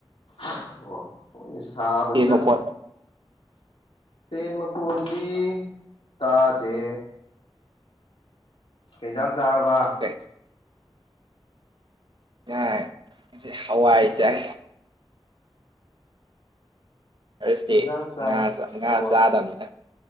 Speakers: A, on the left; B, on the right.
A: ꯑꯣ ꯍꯣꯏꯅꯦ ꯁꯥꯕꯅꯤꯅ
B: ꯇꯦꯟ ꯃꯈꯣꯟ
A: ꯐꯦꯟ ꯃꯈꯣꯟꯗꯤ ꯇꯥꯗꯦ ꯇꯦꯟꯖꯥꯡ ꯆꯥꯔꯕ
B: <unintelligible> ꯌꯥꯏ ꯍꯋꯥꯏ ꯆꯥꯏ ꯊꯔꯁꯗꯦ
A: ꯃꯖꯥꯡ ꯆꯥꯏ
B: ꯉꯥ ꯉꯥ
A: ꯍꯋꯥ
B: ꯆꯥꯗꯕꯅꯤꯅ